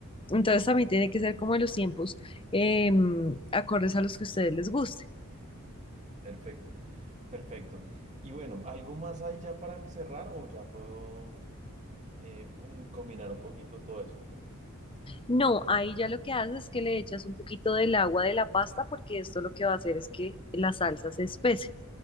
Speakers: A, on the left; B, on the right.
A: entonces también tiene que ser como en los tiempos em, acordes a los que a ustedes les guste.
B: Perfecto, perfecto. Y bueno, ¿algo más ahí ya para cerrar o ya puedo eh, un- combinar un poquito todo eso?
A: No, ahí ya lo que haces es que le echas un poquito del agua de la pasta porque esto lo que va a hacer es que la salsa se espese.